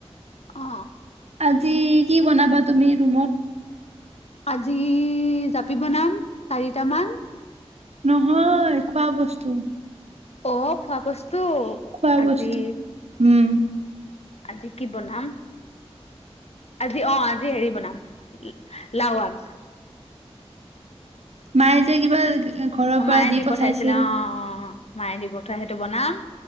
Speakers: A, on the left; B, on the right.
A: অ
B: আজি কি বনাবা তুমি ৰুমত
A: আজি জাপি বনাম চাৰিটামান
B: নহয় খোৱা বস্তু
A: অ খোৱা বস্তু তো
B: খোৱা
A: আজি
B: বস্তু। উম,
A: আজি কি বনাম আজি অ আজি হেৰি বনাম লাও আগ
B: মায়ে যে কিবা ঘৰৰ পৰা
A: মায়ে দি
B: পঠাইছিল।
A: পঠাইছিলে অ অ মায়ে দি বঠোৱা সেইটো বনাম